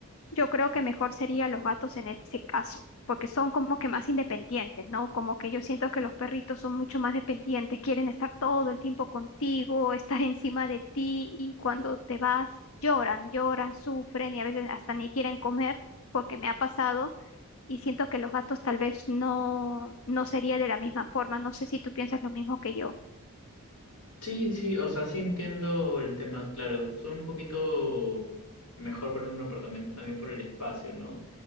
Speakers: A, on the left; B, on the left.
A: yo creo que mejor sería los gatos en este caso, porque son como que más independientes, ¿no? Como que yo siento que los perritos son mucho más dependientes, quieren estar todo el tiempo contigo, estar <laughs> encima de ti y cuando te vas lloran, lloran, sufren y a veces hasta ni quieren comer, porque me ha pasado y siento que los gatos tal vez no no sería de la misma forma. No sé si tú piensas lo mismo que yo.
B: Sí, sí, o sea, sí entiendo el tema, claro, son un poquito mejor para un apartamento también por el espacio, ¿no?